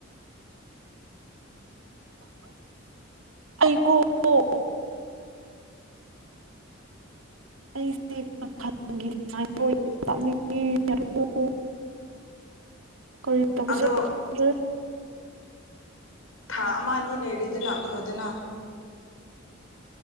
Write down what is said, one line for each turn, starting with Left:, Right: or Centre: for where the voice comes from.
Right: ꯑꯩꯀꯣ <inaudible> ꯑꯩꯁꯦ ꯇꯅꯤꯡꯉꯦ <inaudible> ꯀ ꯇꯁ
Left: ꯑꯗꯣ
Right: <inaudible>
Left: ꯊꯥ ꯑꯃ ꯑꯅꯤ ꯂꯩꯔꯗꯤ ꯂꯥꯛꯈ꯭ꯔꯣꯗꯅ